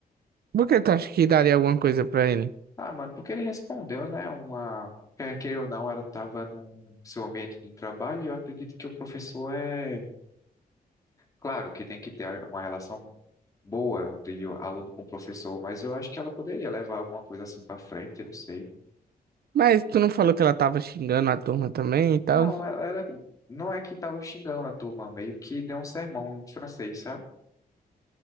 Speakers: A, on the right; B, on the left.
A: Por que tu acha que daria alguma coisa pra ele?
B: Ah, mano, porque ele respondeu, né? Uma. Quer queira ou não, ela estava no seu ambiente de trabalho e eu acredito que o professor é. Claro que tem que ter uma relação boa de aluno com professor, mas eu acho que ela poderia levar alguma coisa assim pra frente, não sei.
A: Mas tu não falou que ela tava xingando a turma também e tal?
B: Não, ela, ela- não é que tava xingando a turma, meio que deu um sermão em francês, sabe?